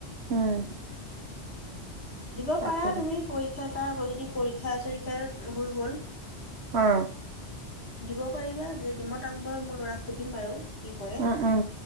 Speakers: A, on the right (about 65°); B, on the left (about 65°).
A: উম।
B: দিব
A: তাকে
B: পাৰা তুমি পৰীক্ষা তাৰ যদি পৰীক্ষা-চৰীক্ষা হৈ গ'ল।
A: অ।
B: দিব পাৰিবা যে দিম তাক বাৰ মোৰ ল'ৰাক সুধিম বাৰু। কি কৰে
A: উম উম